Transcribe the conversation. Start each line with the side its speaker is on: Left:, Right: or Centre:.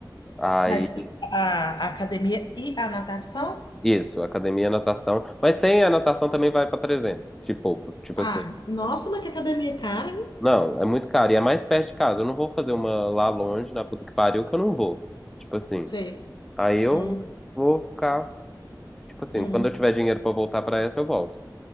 Centre: Aí
Left: Mas a, a academia e a natação?
Centre: Isso, academia e natação. Mas sem a natação também vai para Trezentos, de pouco, tipo
Left: Ah,
Centre: assim.
Left: nossa, mas que academia cara, hein?
Centre: Não, é muito caro. E é mais perto de casa. Eu não vou fazer uma lá longe, na puta que pariu, que eu não vou. Tipo assim.
Left: Sei.
Centre: Aí eu
Left: Hum,
Centre: vou ficar. Tipo assim,
Left: hum,
Centre: quando eu tiver dinheiro pra voltar pra essa, eu volto.